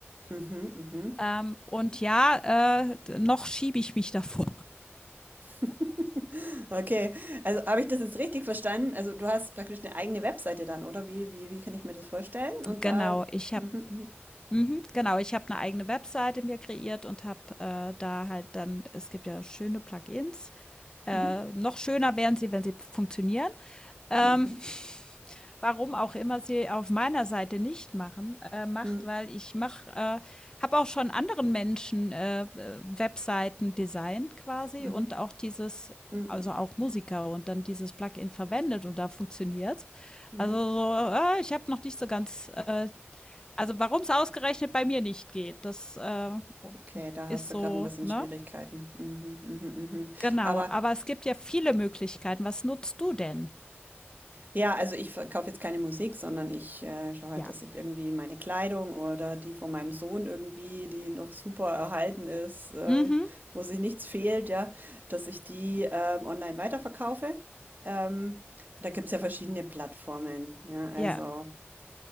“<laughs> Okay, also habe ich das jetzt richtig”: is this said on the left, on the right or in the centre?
Right